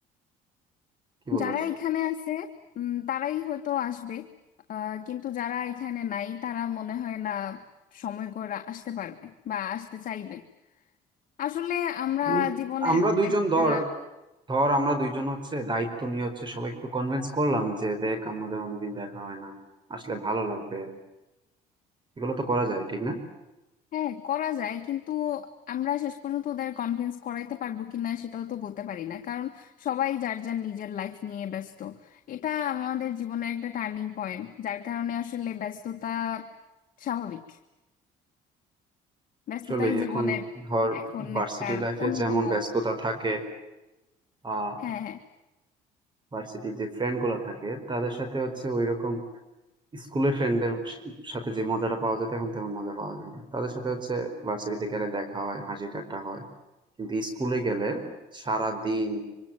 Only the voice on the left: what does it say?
যারা এখানে আছে উম, তারাই হয়তো আসবে আহ, কিন্তু যারা এখানে নাই তারা মনে হয় না সময় করে আসতে পারবে বা আসতে চাইবে আসলে আমরা
জীবনের
একটা
হ্যাঁ করা যায় কিন্তু আমরা শেষ পর্যন্ত ওদের কনভিন্স করাইতে পারবো কিনা সেটাও তো বলতে পারি না কারণ সবাই যার যার নিজের লাইফ নিয়ে ব্যস্ত এটা আমাদের জীবনের একটা টার্নিং পয়েন্ট যার কারণে আসলে ব্যস্ততা স্বাভাবিক ব্যস্ততাই
জীবনের
এখন
একটা
অন্যতম
হ্যাঁ হ্যাঁ